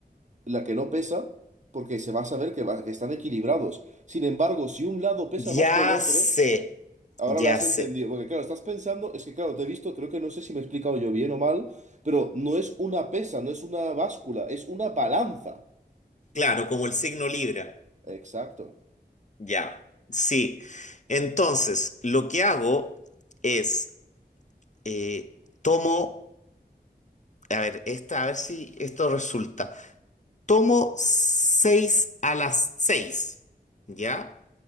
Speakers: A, on the right; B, on the left.
A: la que no pesa, porque se va a saber que, va- que están equilibrados. Sin embargo, si un lado pesa más
B: ya
A: que el otro,
B: sé,
A: ahora
B: ya
A: la has
B: sé.
A: entendido, porque claro, estás pensando, es que claro, te he visto, creo que no sé si me he explicado yo bien o mal, pero no es una pesa, no es una báscula, es una balanza.
B: Claro, como el signo Libra.
A: Exacto.
B: Ya, sí. Entonces, lo que hago es, eh, tomo, a ver, esta, a ver si esto resulta. Tomo seis a las seis, ¿ya?